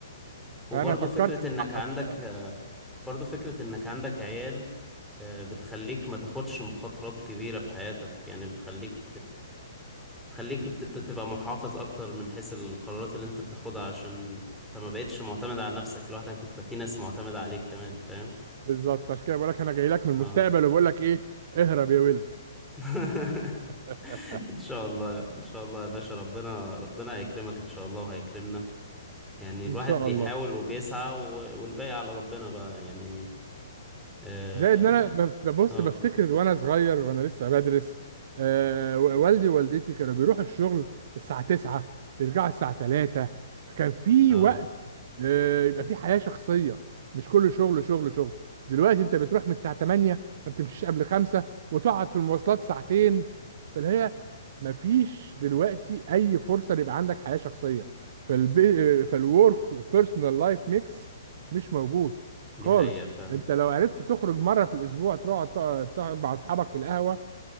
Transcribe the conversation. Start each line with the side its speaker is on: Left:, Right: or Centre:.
Centre: وبرضه
Right: فانا فكرت
Centre: فكرة
Right: متأخر
Centre: إنك عندك
Right: في الكلام
Centre: آه،
Right: ده
Centre: برضو فكرة انك عندك عيال آه، بتخليك ما تاخدش مخاطرات كبيرة في حياتك يعني بتخليك بتخليك بت- بتبقى محافظ اكتر من حيث القرارات اللي انت بتاخدها عشان انت ما بقتش معتمد على نفسك لوحدك انت في ناس معتمدة عليك كمان فاهم
Right: بالظبط عشان كده بقول لك انا جاي لك من المستقبل
Centre: اه
Right: وبقول لك ايه اهرب يا ولد
Centre: <laughs>
Right: <laughs>
Centre: ان شاء الله ان شاء الله يا باشا ربنا ربنا هيكرمك ان شاء الله وهيكرمنا يعني
Right: ان
Centre: الواحد
Right: شاء
Centre: بيحاول
Right: الله
Centre: وبيسعى و- والباقي على ربنا بقى يعني اه
Right: زائد ان انا بف- ببص
Centre: اه
Right: بفتكر وانا صغير وانا لسه بدرس آه و- والدي ووالدتي كانوا بيروحوا الشغل الساعة 9 يرجعوا الساعة 3 فكان في
Centre: آه،
Right: وقت آه يبقى في حياة شخصية مش كل شغل شغل شغل دلوقتي انت بتروح من الساعة 8 ما بتمشيش قبل 5 وتقعد في المواصلات ساعتين فاللي هي ما فيش دلوقتي اي فرصة يبقى عندك حياة شخصية فالبي... فالورك بيرسونال لايف ميكس مش موجود
Centre: دي
Right: خالص
Centre: حقيقة فعلا
Right: انت لو عرفت تخرج مره في الاسبوع تقعد تقعد تقعد مع اصحابك في القهوه